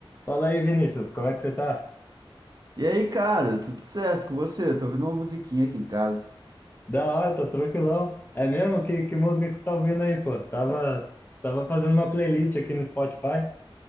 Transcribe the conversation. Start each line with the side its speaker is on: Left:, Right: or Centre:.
Left: Fala aí, Vinícius, como é que você tá?
Right: E aí, cara, tudo certo com você? Tô ouvindo uma musiquinha aqui em casa.
Left: Da hora, tô tranquilão. É mesmo? Que, que música que você tá ouvindo aí, pô? Tava, tava fazendo uma playlist aqui no Spotify. O